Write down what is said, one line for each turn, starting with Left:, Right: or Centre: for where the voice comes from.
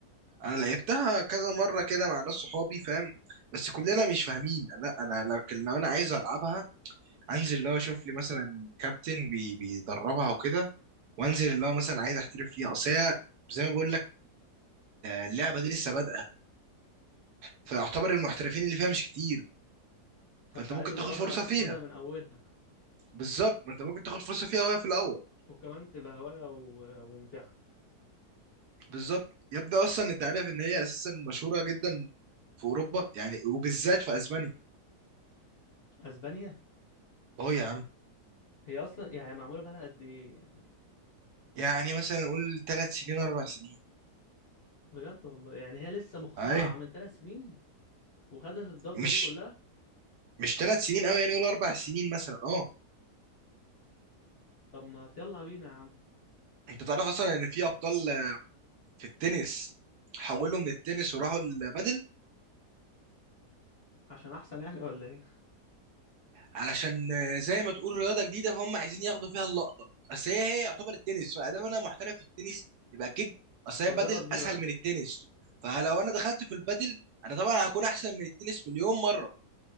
Right: انا لعبتها كذا مره كده مع ناس صحابي فاهم بس كلنا مش فاهمين لا انا لكن لو انا عايز العبها انزل اللي هو اشوف لي مثلا كابتن بي بيدربها وكده وانزل اللي هو مثلا عايز احترف فيها اصل هي زي ما بقول لك اللعبه دي لسه بادئه فاعتبر المحترفين اللي فيها مش كتير
Left: فانت
Right: فانت
Left: عايز
Right: ممكن
Left: اللي
Right: تاخد
Left: هو
Right: فرصه فيها
Left: تاخدها من اولها
Right: بالظبط ما انت ممكن تاخد فرصه فيها وهي في الاول
Left: وكمان تبقى هواية و- وممتعة
Right: بالظبط يبدا اصلا انت عارف ان هي اساسا مشهوره جدا في اوروبا يعني وبالذات في اسبانيا
Left: اسبانيا
Right: اهو يا عم
Left: هي اصلا يعني معمولة بقالها قد ايه يعني
Right: يعني مثلا نقول ثلاث سنين اربع سنين
Left: بجد والله يعني هي لسه مخترعة
Right: اي
Left: من ثلاث سنين وخدت الضجة
Right: مش
Left: دي كلها
Right: مش ثلاث سنين قوي يعني يقول اربع سنين مثلا اه
Left: طب ما يلا بينا يا عم
Right: انت تعرف اصلا ان في ابطال آه، في التنس حولوا من التنس وراحوا البادل
Left: عشان احسن يعني ولا ايه <laughs>
Right: علشان آه، زي ما تقول رياضه جديده فهم عايزين ياخدوا فيها اللقطه اصل هي هي يعتبر التنس فادام انا محترف في التنس يبقى اكيد اصل
Left: فجرب
Right: هي البادل
Left: دي
Right: اسهل
Left: بقى
Right: من التنس فلو انا دخلت في البادل انا طبعا هكون احسن من التنس مليون مره